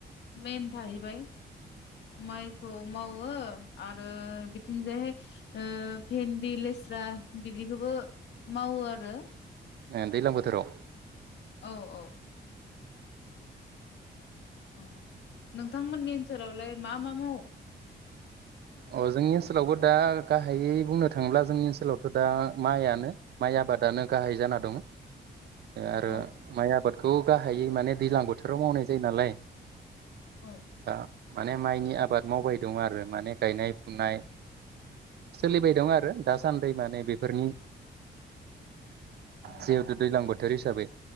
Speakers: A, on the left; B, on the right.
A: मेन थाहैबाय। माइखौ मावो आरो बिथिंजायहाय ओ भेन्दि, लेस्रा बिदिखोबो मावो आरो।
B: ओ दैलां बोथोराव
A: औ औ। <unintelligible> नोंथांमोननि ओनसोलावलाय मा मा मावो?
B: अ जोंनि ओनसोलावबो दा गाहायै बुंनो थाङोब्ला जोंनि ओनसोलावथ' दा माइआनो माइ आबादानो गाहाय जाना दङो। आरो
A: औ
B: माइ आबादखो खौ गाहायै माने दैज्लां बोथोराव मावनाय जायो नालाय
A: औ
B: दा माने माइनि आबाद मावबाय दं आरो माने गायनाय फुनाय सोलिबाय
A: औ
B: दं आरो दासान्दि माने बेफोरनि
A: औ
B: जेहेतु दैज्लां बो बोथोर हिसाबै